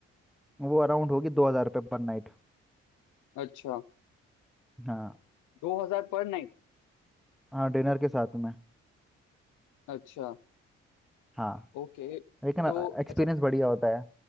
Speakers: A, in the centre; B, on the left.
A: वो अराउंड होगी दो हज़ार रुपये पर नाइट
B: अच्छा
A: हाँ
B: दो हजार पर नाइट
A: हाँ डिनर के साथ में
B: अच्छा
A: हाँ
B: ओके
A: लेकिन
B: तो
A: एक्सपीरियंस
B: अच्छा
A: बढ़िया होता है